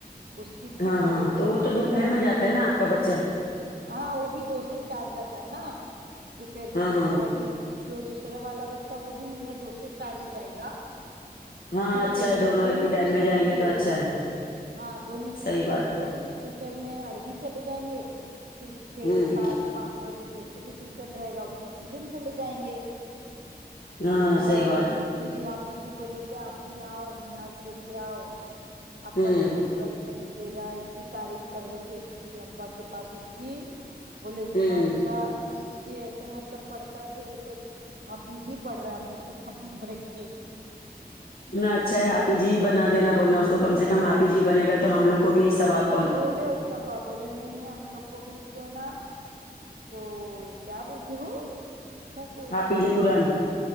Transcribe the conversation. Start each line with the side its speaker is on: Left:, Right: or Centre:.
Right: اس کی اتنی
Left: ہاں ہاں
Right: تعریف
Left: تو
Right: کر
Left: وہ
Right: رہے
Left: تو
Right: تھ
Left: دوپہر
Right: ہیں آپ
Left: میں جاتا
Right: ہی
Left: ہے نا آپ کا بچہ
Right: ہاں وہ بھی دو سے چار جاتا ہے نا دوفیر
Left: ہاں
Right: کی
Left: ہاں
Right: اور ابھی جو دوسرا والا بچہ وہ بھی میرا دو سے چار ہی جائے گا
Left: ہاں
Right: کیونکہ
Left: اچھا
Right: ابھی
Left: ہے
Right: دونوں
Left: ایک ہی ٹائم
Right: کی صبح
Left: میں جائیں گے
Right: کی
Left: تو
Right: ہو
Left: اچھا
Right: گئی
Left: ہے
Right: ہاں دونوں کی
Left: صحیح
Right: صبح
Left: بات
Right: کی
Left: ہے
Right: ہو گئی تو تو دوفیر میں عربی چلے جائیں گے پھر چھ
Left: ہمم
Right: سات پانچ بجے جیسے بھی ٹیوشن رہے گا ویسے ٹیوشن چلے جائیں گے
Left: ہاں صحیح
Right: اور
Left: بات ہے
Right: پھر حافظ جی بولے کہ آپ بھی آؤ نیاز لے کے آؤ آپ
Left: ہمم
Right: کا بچہ قرآن شریف لے رہا ہے اتنی تعریف کر رہے تھے اس کی ابا کے پاس اس کی بولے اتنا
Left: ہمم
Right: اچھا کھینچ کے ایسے مطلب پڑت کہ جیسے حافظ جی پڑھ رہے ہم لوگ کے سامنے بیٹھ کے
Left: نہ اچھا ہے حافظ جی بنا دینا بولنا اس کو کم سے کم حافظ جی بنے گا تو ہم لوگ کو بھی سواب
Right: بولے اس کے ابا بولے نہیں نہیں ہم لوگ کو بھی اس کو ہے نا اس کو کیا بولتے ہو کس کا کوس
Left: حافظ
Right: بولے
Left: قرآن
Right: بابا